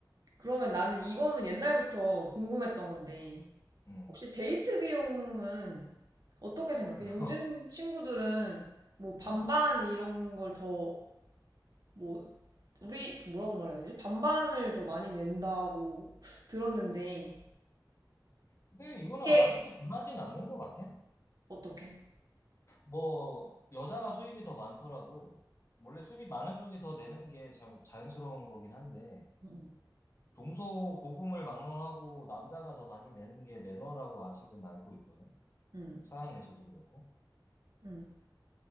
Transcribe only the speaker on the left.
음.
<laughs>
어.
근데 이거는
아직도 변하진 않는 것 같아.
뭐, 여자가 수입이 더 많더라도, 원래 수입이 많은 쪽이 더 내는 게 참 자연스러운 거긴 한데,
동서고금을 막론하고 남자가 더 많이 내는 게 매너라고 아직은 알고 있거든.
서양에서도 그렇고.